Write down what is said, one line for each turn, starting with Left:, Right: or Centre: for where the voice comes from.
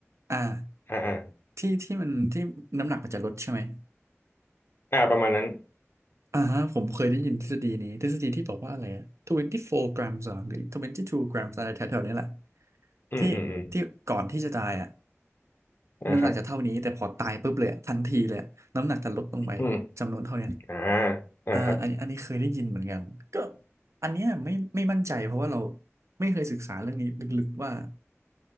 Right: อ่า
Left: อ่าอ่า
Right: ที่ที่มันที่น้ำหนักมันจะลดใช่ไหม
Left: อ่าประมาณนั้น
Right: อ่าฮะผมเคยได้ยินทฤษฎีนี้ทฤษฎีที่บอกว่าอะไรอะ24 grams เหรอหรือ22 grams อะไรแถวๆนี้แหละ
Left: อืมอืมอืม
Right: ที่ที่ ก่อนที่จะตายอ่ะ
Left: อ่าครับ
Right: น้ำหนักจะเท่านี้แต่พอตายปุ๊บเลยอะทันทีเลยอะน้ำหนักจะลดลงไปจำนวนเท่านี้
Left: อืมอ่าอ่าครับ
Right: อ่าอันนี้อันนี้เคยได้ยินเหมือนกันก็อันเนี้ยไม่ไม่มั่นใจเพราะว่าเราไม่เคยศึกษาเรื่องนี้ลึกๆว่า